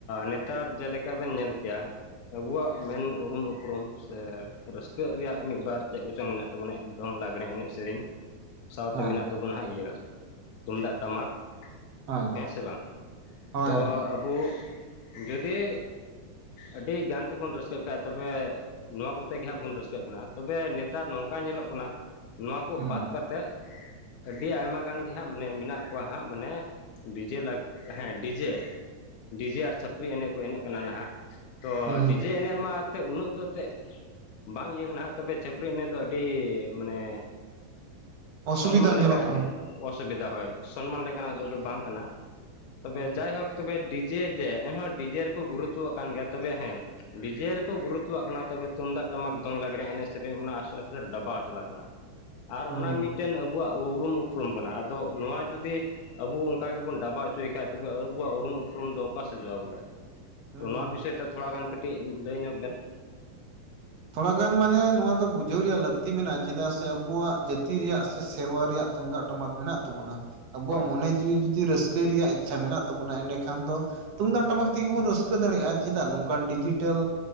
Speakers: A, on the left (about 70°); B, on the right (about 50°).
A: ᱱᱮᱛᱟᱨ ᱪᱮᱫ ᱞᱮᱠᱟ, ᱵᱮᱱ ᱧᱮᱞ ᱠᱮᱭᱟ? ᱟᱵᱚᱣᱟᱜ, ᱢᱮᱱ ᱩᱨᱩᱢ ᱩᱯᱨᱩᱢ ᱥᱮ, ᱨᱟᱹᱥᱠᱟᱹᱜ ᱨᱮᱭᱟᱜ, ᱢᱤᱫ ᱵᱟᱨ ᱪᱮᱫ ᱠᱚᱪᱚᱝ ᱢᱮᱱᱟᱜ ᱛᱟᱵᱚᱱᱟ, ᱫᱚᱝ ᱞᱟᱜᱽᱲᱮ, ᱮᱱᱮᱡ ᱥᱮᱨᱮᱧ, ᱥᱟᱶᱛᱮ
B: ᱦᱮᱸ ᱦᱳᱭ
A: ᱢᱮᱱᱟᱜ ᱛᱟᱵᱚᱱᱟ, ᱤᱭᱟᱹ᱾ ᱛᱩᱢᱫᱟᱜ ᱴᱟᱢᱟᱠ,
B: ᱦᱳᱭ
A: ᱦᱮᱸ ᱥᱮ ᱵᱟᱝ,
B: ᱦᱳᱭ
A: ᱛᱚ ᱟᱵᱚ ᱡᱩᱫᱤ, ᱟᱹᱰᱤ ᱜᱟᱱ ᱛᱮᱵᱚᱱ, ᱨᱟᱹᱥᱠᱟᱹᱜ ᱠᱷᱟᱡ, ᱛᱚᱵᱮ, ᱱᱚᱣᱟ ᱠᱚᱛᱮ ᱜᱮ ᱦᱟᱸᱜ, ᱵᱚᱱ ᱨᱟᱹᱥᱠᱟᱹᱜ ᱠᱟᱱᱟ, ᱛᱚᱵᱮ ᱱᱮᱛ ᱛᱟᱨ, ᱱᱚᱝᱠᱟ ᱧᱮᱞᱚᱜ ᱠᱟᱱᱟ, ᱱᱚᱣᱟ ᱠᱚ
B: ᱦᱩᱸ
A: ᱵᱟᱫ ᱠᱟᱛᱮ, ᱟᱹᱰᱤ ᱟᱭᱢᱟ, ᱜᱟᱱ ᱜᱮ ᱦᱟᱸᱜ, ᱢᱟᱱᱮ, ᱢᱮᱱᱟᱜ ᱠᱚᱣᱟ ᱦᱟᱸᱜ, ᱢᱟᱱᱮ, ᱰᱤᱡᱮ, ᱞᱟᱜᱽ ᱦᱮᱸᱻ ᱰᱤᱡᱮ ᱰᱤᱡᱮ ᱟᱨ ᱪᱷᱟᱹᱯᱨᱤ
B: ᱦᱩᱸ
A: ᱮᱱᱮᱡ ᱠᱚ, ᱮᱱᱮᱡ ᱠᱟᱱᱟ ᱱᱷᱟᱜ, ᱛᱚ,
B: ᱦᱩᱸ
A: ᱰᱤᱡᱮ ᱮᱱᱮᱡ ᱢᱟ, ᱩᱱᱟᱹᱜ ᱫᱚ, ᱮᱱᱛᱮᱫ ᱵᱟᱝ, ᱤᱭᱟᱹ ᱠᱟᱱᱟ ᱦᱟᱸᱜ, ᱛᱚᱵᱮ ᱪᱷᱟᱯᱨᱤ ᱮᱱᱮᱡ ᱫᱚ, ᱟᱹᱰᱤ ᱢᱟᱱᱮ,
B: ᱚᱥᱩᱵᱤᱫᱟ
A: ᱥᱚᱱᱢᱟᱱ ᱞᱮᱠᱟ
B: ᱧᱮᱞᱚᱜ ᱠᱟᱱᱟ
A: ᱦᱮᱸ ᱾ ᱚᱥᱩᱵᱤᱫᱟ ᱦᱳᱭ, ᱥᱚᱱᱢᱟᱱ ᱞᱮᱠᱟᱱᱟᱜ ᱫᱚ, ᱵᱟᱝ ᱠᱟᱱᱟ ᱾ ᱛᱚᱵᱮ,
B: ᱦᱩᱸ
A: ᱡᱟᱭᱦᱳᱠ ᱛᱚᱵᱮ, ᱰᱤᱡᱮ ᱡᱮ, ᱮᱱᱦᱚᱸ ᱰᱤᱡᱮ ᱨᱮᱠᱚ, ᱜᱩᱨᱩᱛᱭᱚ ᱟᱠᱟᱱ ᱜᱮᱭᱟ ᱾ ᱛᱚᱵᱮ ᱦᱮᱸ ᱰᱤᱡᱮ ᱨᱮᱠᱚ, ᱜᱩᱨᱩᱛᱚᱣᱟᱜ ᱟᱠᱟᱱᱟ, ᱛᱚᱵᱮ, ᱛᱩᱢᱫᱟᱜ ᱴᱟᱢᱟᱠ, ᱫᱚᱝ ᱞᱟᱜᱽᱲᱮ, ᱮᱱᱮᱡ ᱥᱮ ᱥᱮᱨᱮᱧ, ᱚᱱᱟ, ᱟᱥᱛᱮ, ᱟᱥᱛᱮ ᱰᱟᱵᱟᱣ, ᱪᱟᱞᱟᱜ ᱠᱟᱱᱟ ᱾ ᱟᱨ ᱚᱱᱟ,
B: ᱦᱩᱸ
A: ᱢᱤᱫᱴᱮᱱ ᱟᱵᱚᱣᱟᱜ ᱩᱨᱩᱢ ᱩᱯᱨᱩᱢ ᱠᱟᱱᱟ ᱾ ᱟᱫᱚ, ᱱᱚᱣᱟ ᱡᱩᱫᱤ ᱟᱵᱚ, ᱚᱱᱠᱟ ᱜᱮᱵᱚᱱ, ᱰᱟᱵᱟᱣ ᱚᱪᱚᱭᱮ ᱠᱷᱟᱡ, ᱛᱚᱵᱮ, ᱟᱵᱚᱣᱟᱜ ᱩᱨᱩᱢ, ᱩᱯᱨᱩᱢ ᱫᱚ ᱚᱠᱟ, ᱥᱮᱪᱚᱜᱼᱟ ᱾ ᱵᱚᱞᱮ
B: ᱦᱩᱸ
A: ᱛᱚ, ᱱᱚᱣᱟ
B: ᱦᱩᱸ
A: ᱵᱤᱥᱚᱭ ᱛᱮ, ᱛᱷᱚᱲᱟ ᱜᱟᱱ ᱠᱟᱹᱴᱤᱡ, ᱞᱟᱹᱭ ᱧᱚᱜ ᱵᱮᱱ ᱾
B: ᱛᱷᱚᱲᱟ ᱜᱟᱱ ᱢᱟᱱᱮ, ᱱᱚᱣᱟ ᱫᱚ, ᱵᱩᱡᱷᱟᱹᱣ ᱨᱮᱭᱟᱜ ᱞᱟᱹᱠᱛᱤ ᱢᱮᱱᱟᱜᱼᱟ ᱾ ᱪᱮᱫᱟᱜ ᱥᱮ, ᱟᱵᱩᱣᱟᱜ ᱡᱟᱹᱛᱤ ᱨᱮᱭᱟᱜ, ᱥᱮ ᱥᱮᱨᱣᱟ ᱨᱮᱭᱟᱜ ᱛᱩᱢᱫᱟᱜ ᱴᱟᱢᱟᱠ, ᱢᱮᱱᱟᱜ ᱛᱟᱵᱚᱱᱟ ᱾ ᱟᱵᱚᱣᱟᱜ
A: ᱦᱳᱭ
B: ᱢᱚᱱᱮ, ᱡᱤᱣᱤ ᱡᱩᱫᱤ, ᱨᱟᱹᱥᱠᱟᱹ ᱨᱮᱭᱟᱜ ᱤᱪᱪᱷᱟ ᱢᱮᱱᱟᱜ ᱛᱟᱵᱚᱱᱟ, ᱮᱸᱰᱮᱠᱷᱟᱱ ᱫᱚ ᱛᱩᱢᱫᱟᱜ ᱴᱟᱢᱟᱠ ᱛᱮᱜᱮ, ᱵᱚᱱ ᱨᱟᱹᱥᱠᱟᱹ ᱫᱟᱲᱮᱭᱟᱜᱼᱟ ᱾ ᱪᱮᱫᱟᱜ? ᱱᱚᱝᱠᱟᱱ ᱰᱤᱡᱤᱴᱮᱞ,